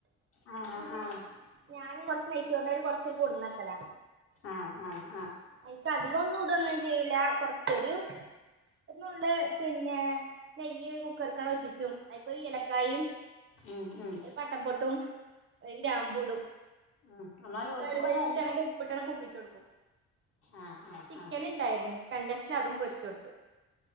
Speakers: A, on the left; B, on the right.
A: ആ ആ
B: പിന്നെ ഞാനും കൊറച്ച് നയിച്ചോറിന്റരി കൊറച്ച് കൊടുന്നക്കല
A: ആഹ് ആഹ്
B: അയിക്ക് അധികം ഒന്നും ഇടൊന്നും ചെയ്ല കൊറച്ച് ഒരു നുള്ള് പിന്നെ നെയ്യ് കുക്കർക്കണ് ഉറ്റിച്ചു അയിൽക്കൊര് എലക്കായും
A: ഉം ഉം
B: ഒരു പട്ടപൊട്ടും ഒരു ഗ്രാമ്പൂടും.
A: ആഹ് എന്നാലും ഓൽക്ക്പ്പതായി
B: വെള്ളയ്ച്ച്ട്ട്ങ്ങട്ട് ഉപ്പിട്ടണ് കൂക്കിചോട്കും
A: ആ ആ
B: ചിക്കൻ
A: ആ
B: ണ്ടായ്രുന്നു. രണ്ടഷ്ണം അതും പൊരിച്ച്ടുത്ത്.